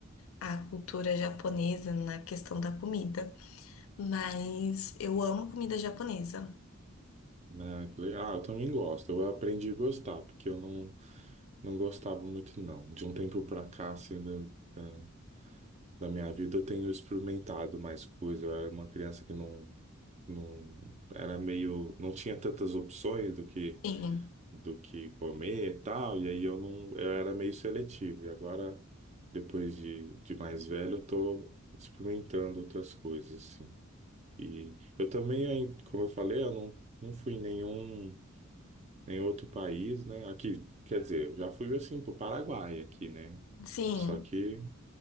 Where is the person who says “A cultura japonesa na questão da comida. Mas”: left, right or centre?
Left